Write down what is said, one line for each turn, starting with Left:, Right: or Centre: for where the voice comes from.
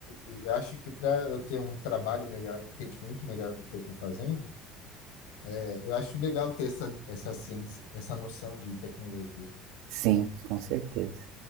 Left: E eu acho que para eu ter um trabalho melhor, um entendimento melhor do que eu estou fazendo, é, eu acho legal ter essa, essa ciência, essa noção de tecnologia.
Right: Sim, com certeza.